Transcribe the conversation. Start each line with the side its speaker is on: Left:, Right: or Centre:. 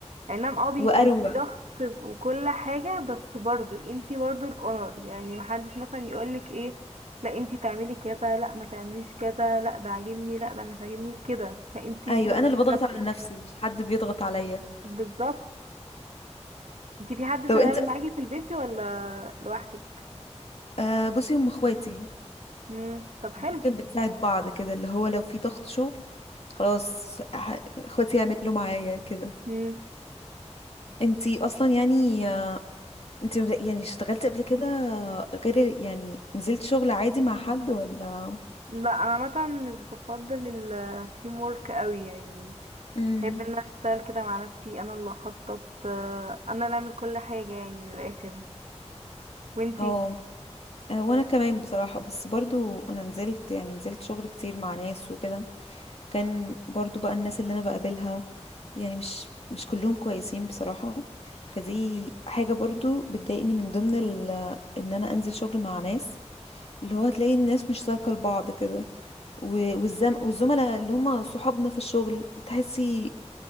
Right: أي نعم اه بيكون
Left: واروق
Right: في ضغط وكل حاجة بس برضو انتي برضو الأونر يعني محدش مثلا يقولك ايه لا انتي تعملي كذا لا ما تعمليش كذا لا ده عاجبني لا ده مش عاجبني كده لا انتي
Left: ايوه
Right: انتي مسؤولة
Left: انا اللي بضغط
Right: نفسك
Left: على نفسي مش حد بيضغط عليا
Right: بالظبط انتي في حد
Left: طب
Right: شغال
Left: انت
Right: معاكي في البيت ولا لوحدك
Left: آه بصي هم اخواتي
Right: مم. طب حلو
Left: ممكن بنساعد بعض كده اللي هو لو في ضغط شغل خلاص ه- اخواتي يعملوا معايا كده
Right: مم.
Left: انتي اصلا يعني انت يعني اشتغلت قبل كده غير يعني نزلت شغل عادي مع حد ولا
Right: لا انا مثلا مش بفضل التيم وورك قوي يعني
Left: امم
Right: احب ان أنا اشتغل كده مع نفسي انا اللي اخطط آه، انا اللي اعمل كل حاجة يعني من الاخر وانتي
Left: اه آه، وانا كمان بصراحة بس برضو انا نزلت يعني نزلت شغل كتير مع ناس وكده كان برضو بقى الناس اللي انا بقابلها يعني مش مش كلهم كويسين بصراحة فدي حاجة برضو بتضايقني من ضمن ال ان انا انزل شغل مع ناس اللي هو هتلاقي الناس مش سالكة لبعض كده و- والزم والزملاء اللي هم صحابنا في الشغل تحسي